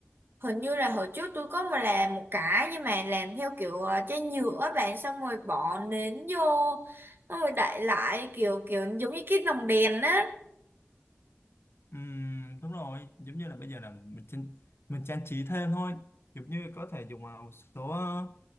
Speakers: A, on the right; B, on the left.
A: hình như là hồi trước tôi có mà làm một cái nhưng mà làm theo kiểu à, chai nhựa á bạn xong rồi bỏ nến vô xong rồi đậy lại kiểu kiểu giống như cái lồng đèn á
B: Ừm, đúng rồi giống như là bây giờ là mình trang, mình trang trí thêm thôi giống như có thể dùng vào một số ờ,